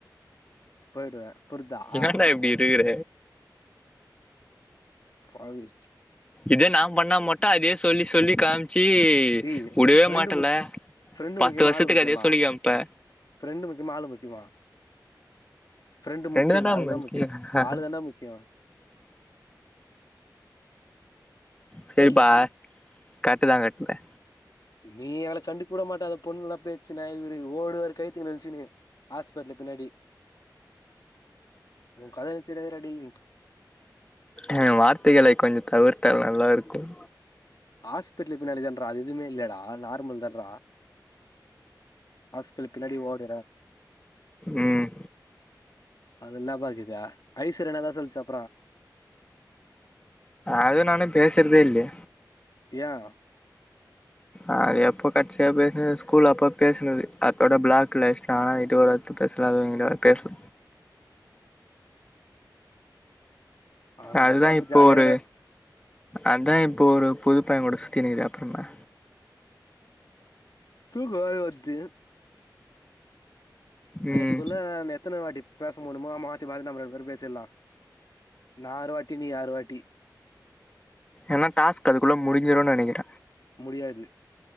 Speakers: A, on the left; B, on the left.
A: போய்டுவே புர்தா அ
B: ஏன்டா இப்டி இருக்குற
A: பாவி
B: இதே நான் பண்ணா மட்டா அதே சொல்லி சொல்லி காம்ச்சி
A: டேய்
B: வுடவே
A: ஃப்ரெண்டு
B: மாட்டல்ல
A: முக் ஃப்ரெண்டு
B: பத்து
A: முக்கியமா
B: வருஷத்துக்கு
A: ஆளு முக்கியமா
B: அதையே சொல்லிக் காம்ப்ப
A: ஃப்ரெண்டு முக்கிமா ஆளு முக்கிமா ஃப்ரெண்டு முக்யல்ல
B: ரெண்டு தாண்டா
A: ஆளுதான்
B: முக்கியோ
A: முக்கியம் ஆளு தான் டா முக்கியம்
B: சேரிப்பா
A: இல்லையா சொல்லு
B: கரட்டுதான் கட்னே
A: நீ எங்கள கண்டுக்கூட மாட்ட அந்த பொண்ணு நல்லா பெச்சன இவரு ஓடுவாரு கைத்துக்கு நெழிச்சுனு ஹாஸ்பெட்டல் பின்னாடி ஓன் கதை எனக்கு தெரியாத டேய்
B: அ வார்த்தைகளை கொஞ்சம் தவிர்த்தல் நல்லா இருக்கும்
A: ஹாஸ்பிட்டல் பின்னாடி தான்றா அது எதுமே இல்லடா நார்மல் தான்றா ஆஸ்பில் பின்னாடி ஓடிற
B: ம்
A: அதுல்லா <unintelligible> ப ஆகது அப்டியா ஐஸ்வர்யா என்ணதான் சொல்சாப்
B: அதும் நானும் பேஸ்றதே இல்யே
A: அப்டியா
B: ஆ எப்போ கட்சியா பேசது ஸ்கூல் அப்ப பேசனது அதோட பிளாக் <unintelligible> ஆனாய்யிட்டு ஒரு பேசலாதாங்கிட்ட பேசு
A: ஆக
B: அதுதா
A: மொத்த அப்ப
B: இப்போ
A: ஜாலியா
B: ஒரு
A: இருக்குற
B: அதா இப்போ ஒரு புது பையங்குட சுத்தினு இருக்கிதே அப்ரென்ன
A: தூக்க வேற வர்து நைட்டுக்குள்ள
B: ம்
A: எத்தன வாட்டி பேச முடிமோ மாத்தி மாத்தி நம்ம ரெண்டு பேரு பேசிர்லா நா ஆறுவாட்டி நீ ஆறுவாட்டி
B: ஏனா டாஸ்க் அதுக்குள்ள முடிஞ்சிருன் நெனைக்கிற
A: முடியாது